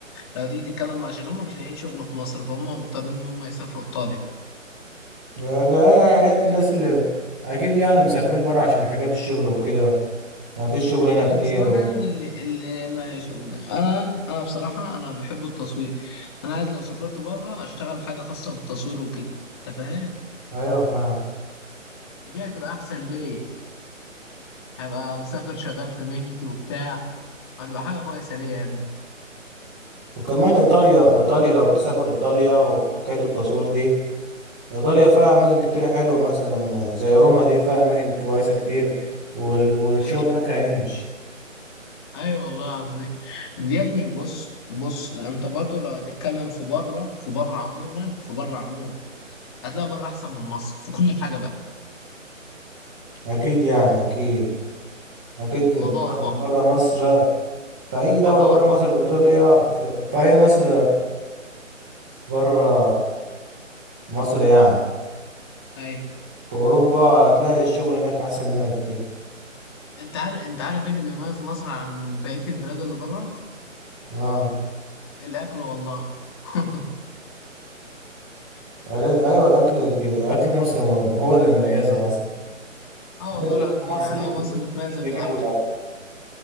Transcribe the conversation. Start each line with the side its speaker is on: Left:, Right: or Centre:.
Left: لو تيجي تتكلم عشان هم مش لاقيين شغل في مصر فهم مضطرين إن هم يسافروا إيطاليا
Centre: ده ده عائلات الناس اللي اكيد يعني مسافرين بره عشان حكاية الشغل وكده ما فيش شغل هنا
Left: لكن
Centre: كتير
Left: بصراحة
Centre: و...
Left: يعني اللي, اللي ما ش- أنا أنا بصراحة أنا بحب التصوير أنا عايز لو سافرت بره أشتغل حاجة خاصة بالتصوير وكده أنت فاهم؟
Centre: ايوه فاهم
Left: دي هتبقى احسن ليه هبقى مسافر شغال في مهنتي وبتاع هتبقى حاجه كويسه ليه يا ابني
Centre: وكمان ايطاليا ايطاليا لو تسافر ايطاليا وفي حكاية التصوير دي ايطاليا فيها اماكن كتير حلوة مثلا زي روما دي فيها اماكن كويسة كتير وال... والشغل
Left: ايوه
Centre: هناك هيمشي
Left: ايوه والله العظيم يا ابني بص بص انت برضه لو هتتكلم في بره في بره عموما في بره عموما هتلاقي بره احسن من مصر في كل حاجه بقى
Centre: اكيد يعني اكيد اكيد بره
Left: نظافه
Centre: بره مصر في اي
Left: نظافه
Centre: دوله بره مصر في ايطاليا في, في اي مصر بره مصر يعني
Left: ايوه
Centre: في اوروبا هتلاقي الشغل هناك احسن من هنا كتير
Left: انت عارف انت عارف ايه اللي بيميز مصر عن بقيه البلاد اللي بره
Centre: اه
Left: الاكل والله <laughs>
Centre: علاج- ايوه الاكل الج- الاكل في مصر م- هو اللي مميزها اصلا
Left: اه
Centre: الحاجات
Left: والله
Centre: اللي
Left: العظيم
Centre: بره مصر
Left: يعني هي مصر متميزه
Centre: اللي
Left: بالاكل
Centre: جربوا الاكل